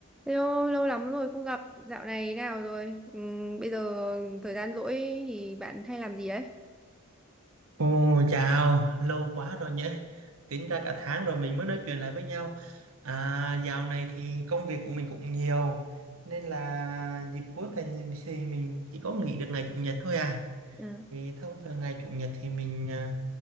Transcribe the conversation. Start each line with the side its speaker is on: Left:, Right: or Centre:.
Centre: Hello, lâu lắm rồi không gặp. Dạo này nào rồi? Ừm, bây giờ thời gian rỗi thì bạn hay làm gì đấy?
Right: Ồ, chào, lâu quá rồi nhỉ. Tính ra cả tháng rồi mình mới nói chuyện lại với nhau. À, dạo này thì công việc của mình cũng nhiều, nên là dịp cuối tuần thì mình chỉ có nghỉ được ngày chủ nhật thôi à.
Centre: Ờ,
Right: Thì thông thường ngày chủ nhật thì mình à,